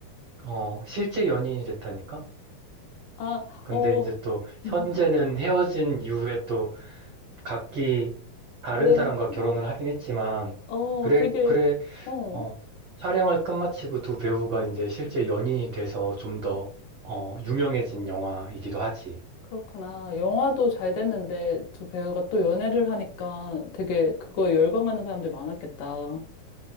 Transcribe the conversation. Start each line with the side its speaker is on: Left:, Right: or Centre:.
Right: 어, 실제 연인이 됐다니까?
Left: 아,
Right: 근데
Left: 어,
Right: 이제 또 현재는
Left: <laughs>
Right: 헤어진 이후에 또 각기 다른
Left: 다른,
Right: 사람과 결혼을
Left: 어,
Right: 하긴 했지만,
Left: 어,
Right: 그래,
Left: 되게,
Right: 그래,
Left: 어,
Right: 어, 촬영을 끝마치고 두 배우가 이제 실제 연인이 돼서 좀 더, 어, 유명해진 영화이기도 하지.
Left: 그렇구나. 영화도 잘 됐는데 두 배우가 또 연애를 하니까 되게 그거 열광하는 사람들이 많았겠다.